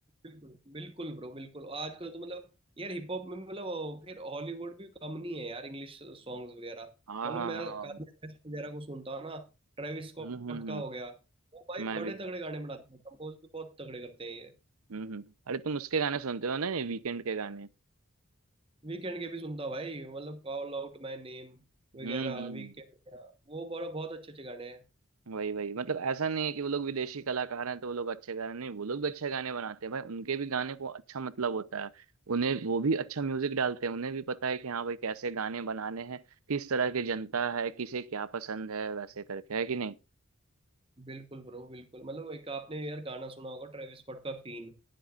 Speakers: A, on the right; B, on the right.
A: बिल्कुल बिल्कुल ब्रो बिल्कुल आजकल तो मतलब यार हिप हॉप में मतलब वो, फिर हॉलीवुड भी कम नहीं है यार इंग्लिश सॉन्ग्स वगैरह
B: हाँ
A: मतलब
B: हाँ
A: मैं
B: हाँ
A: कान्ये वेस्ट वगैरह को सुनता हूँ ना ट्रेविस स्कॉट
B: हम्म हम्म
A: का
B: हम्म
A: हो गया वो भाई
B: मैं
A: बड़े
B: भी हूँ
A: तगड़े गाने बनाते हैं कंपोज भी बहुत तगड़े करते हैं ये
B: हम्म हम्म अरे तुम उसके गाने सुनते हो ना ये वीकेंड के गाने
A: वीकेंड के भी सुनता हूँ भाई मतलब कॉल आउट माय नेम वगैरह
B: हम्म हम्म हम्म।
A: वीकेंड वो बड़ा बहुत अच्छे अच्छे गाने हैं
B: वही वही मतलब ऐसा नहीं है कि वो लोग विदेशी कलाकार हैं तो वो लोग अच्छे गा रहे हैं नहीं वो लोग भी अच्छे गाने बनाते हैं भाई उनके भी गाने को अच्छा मतलब होता है उन्हें वो भी अच्छा म्यूजिक डालते हैं उन्हें भी पता है कि हाँ भाई कैसे गाने बनाने हैं किस तरह की जनता है किसे क्या पसंद है वैसे करके है कि नहीं
A: बिल्कुल ब्रो बिल्कुल मतलब एक आपने यार गाना सुना होगा ट्रेविस स्कॉट का फीन